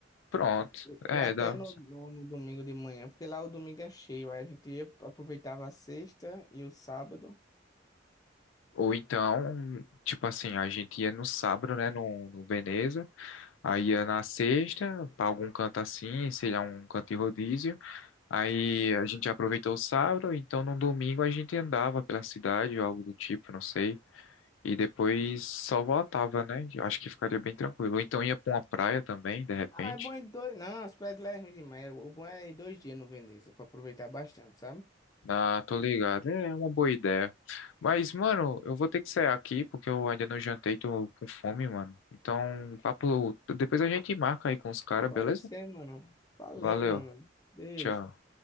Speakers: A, on the left; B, on the left.
A: Pronto,
B: Ou
A: é,
B: ou até
A: dá.
B: no, no, no domingo de manhã, porque lá o domingo é cheio, aí a gente ia, aproveitava a sexta e o sábado.
A: Ou então, tipo assim, a gente ia no sábado, né, no, no Veneza, aí ia na sexta, pra algum canto assim, sei lá, um canto de rodízio. Aí a gente aproveitou o sábado, então no domingo a gente andava pela cidade ou algo do tipo, não sei. E depois só voltava, né? Eu acho que ficaria bem tranquilo. Ou então ia pra uma praia também, de repente.
B: Ah, é bom em dois. Não, as praias de lá é ruim demais. O bom é ir dois dias no Veneza, pra aproveitar bastante, sabe?
A: Ah, tô ligado. É uma boa ideia. Mas, mano, eu vou ter que sair aqui porque eu ainda não jantei, tô com fome, mano. Então, papo, depois a gente marca aí com os caras,
B: Pode
A: beleza?
B: ser, mano. Valeu,
A: Valeu.
B: mano. Beijo.
A: Tchau.